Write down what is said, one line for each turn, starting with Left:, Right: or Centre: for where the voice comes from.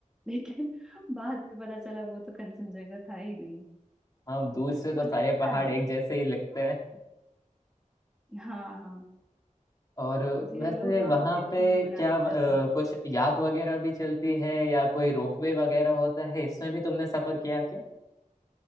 Centre: लेकिन <laughs> बाद में पता चला वो तो कंचनजंगा था ही नहीं
Left: हाँ दूर से तो
Centre: वो
Left: सारे
Centre: दिखता
Left: पहाड़
Centre: है
Left: एक जैसे ही लगते हैं
Centre: हाँ हाँ
Left: और
Centre: इसीलिए
Left: वैसे
Centre: लोग वहां
Left: वहां
Centre: पे बेवकूफ
Left: पे
Centre: भी
Left: क्या
Centre: बना लेते
Left: अ,
Centre: हैं आसानी से।
Left: कुछ याक वगैरह भी चलती है या कोई रोपवे वगैरह होता है इसमें भी तुमने सफर किया क्या